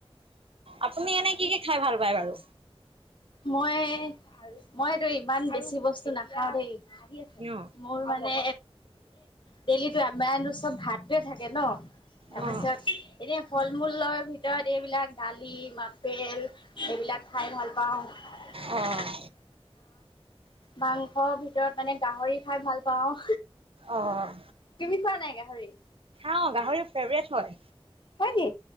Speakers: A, on the right; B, on the left.
A: আপুনি এনে কি কি খাই ভাল পায় বাৰু?
B: মই মইটো ইমান বেছি বস্তু নাখাও দেই। <unintelligible>
A: অ',
B: মোৰ মানে ডেইলি আমাৰ চব ভাতোৱে থাকে ন। তাৰ
A: অ',
B: পিছত এনে ফল-মূল লৈ ভিতৰত ভিতৰত এইবিলাক দালি, আপেল এইবিলাক ও তাৰপিছত
A: অ',
B: মাংস ভিতৰত মানে গাহৰি খাই ভাল পাও
A: অ',
B: তুমি চোৱা নাই গাহৰি
A: অ', গাহৰি ফেভট হয়
B: হয় নি?